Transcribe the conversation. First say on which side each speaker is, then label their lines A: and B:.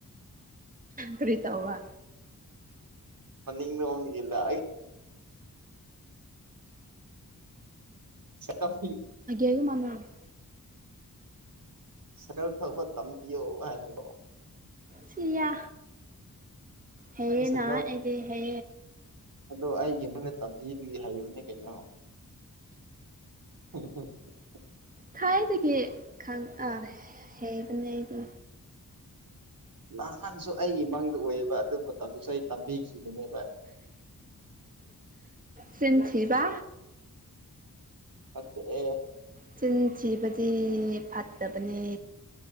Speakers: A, on the right; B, on the right.
A: ꯀ꯭ꯔꯤꯇ ꯋꯥ
B: ꯃꯅꯤ ꯅ ꯑꯣꯝꯅꯤꯒꯂ ꯁꯝ
A: ꯃꯥꯟ
B: ꯁꯀꯜ ꯐꯕ ꯇꯝꯕꯤꯌꯣ ꯍꯥꯏꯅꯀꯣ
A: ꯁꯤꯌꯥ ꯍꯦꯅ
B: ꯅꯪ ꯁꯥꯏꯀꯜ
A: ꯑꯦꯗꯤ ꯍꯦ
B: ꯑꯗꯣ ꯑꯩꯒꯤ ꯑꯃꯅ ꯇꯝꯕꯤꯕꯒꯤ ꯍꯩꯕꯅꯦ ꯀꯩꯅꯣ ꯍ ꯍꯣ
A: ꯊꯥꯏꯗꯒꯤ ꯈ ꯑ ꯍꯩꯕꯅꯦꯗꯤ
B: ꯅꯍꯥꯟꯁꯨ ꯑꯩꯒꯤ ꯃꯥꯡꯗ ꯑꯣꯏꯌꯦꯕ ꯑꯗꯨ ꯃꯇꯝꯗꯨꯁꯨ ꯑꯩ ꯇꯝꯕꯤꯈꯤꯕꯅꯦꯕ
A: ꯆꯟꯁꯤꯕ
B: ꯃꯦ
A: ꯆꯤꯟ ꯊꯤꯕꯗꯤ ꯐꯠꯇꯕꯅꯦ